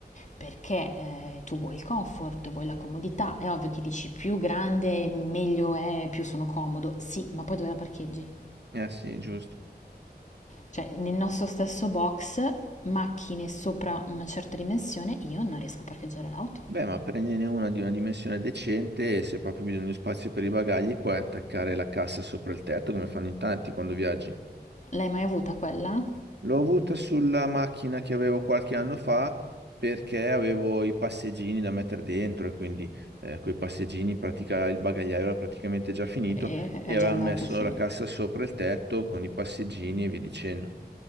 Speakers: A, on the left; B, on the right.
A: perché eh, tu vuoi il comfort, vuoi la comodità, è ovvio che dici più grande meglio è, più sono comodo, sì, ma poi dove la parcheggi?
B: Eh sì, giusto.
A: Cioè, nel nostro stesso box, macchine sopra una certa dimensione, io non riesco a parcheggiare l'auto.
B: Beh, ma prendine una di una dimensione decente e se proprio bisogna di spazio per i bagagli puoi attaccare la cassa sopra il tetto come fanno in tanti quando viaggi.
A: L'hai mai avuta quella?
B: L'ho avuta sulla macchina che avevo qualche anno fa perché avevo i passeggini da mettere dentro e quindi eh, coi passeggini in pratica il bagagliaio era praticamente già finito
A: E- è
B: e avevamo
A: già andato,
B: messo
A: sì.
B: la cassa sopra il tetto con i passeggini e via dicendo.